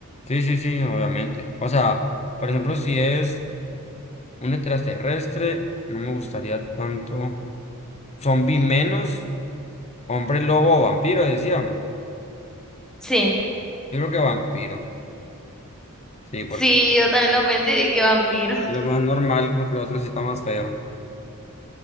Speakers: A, on the left (about 30°); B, in the centre.
A: Sí, sí, sí, obviamente. O sea, por ejemplo, si es... Un extraterrestre, no me gustaría tanto. Zombie menos, hombre lobo o vampiro, decían.
B: Sí,
A: Yo creo que vampiro. Sí, porque
B: sí,
A: es
B: yo también lo pensé y dije vampiro.
A: lo más normal, porque lo otro sí está más feo.